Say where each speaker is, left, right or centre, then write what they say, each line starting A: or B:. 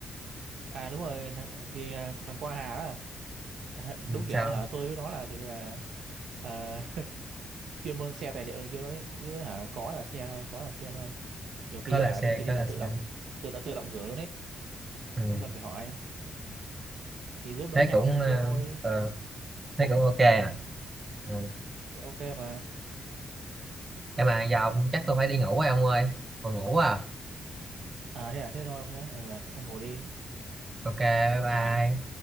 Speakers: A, on the right; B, on the right.
A: à đúng rồi thằng- thì à, thằng Qua Hà đó à,
B: Ừ,
A: đúng kiểu
B: sao
A: hả tôi với nó là kiểu như là à, chuyên môn xe tài liệu này kia luôn ấy cứ hả có là xe thôi có là xe thôi nhiều khi
B: có là
A: hả
B: xe
A: đến kỳ thi
B: có
A: là
B: là
A: tự
B: xe
A: động tự động tự động gửi luôn ấy
B: ừ.
A: không cần phải hỏi thì giúp đỡ
B: thế
A: nhau
B: cũng
A: này
B: ờ,
A: kia thôi
B: ờ, thế cũng ok
A: ờ
B: à ừ.
A: thì ok mà
B: để mà giờ ông
A: Ừ,
B: chắc tôi phải đi ngủ rồi ông ơi còn ngủ à
A: à thế à thế thôi ông nhé ờ ông ngủ đi
B: ok bye bye
A: bye